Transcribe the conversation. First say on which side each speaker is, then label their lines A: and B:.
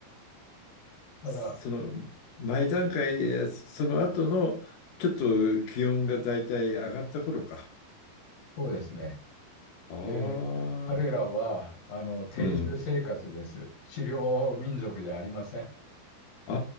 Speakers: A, on the left; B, on the left.
A: ただ、
B: その前段階、その後のちょっと気温がだいたい上がった頃か。
A: そうですね。
B: ああ、
A: で、彼らはあの定住生活です。
B: うん。
A: 狩猟民族じゃありません。
B: あ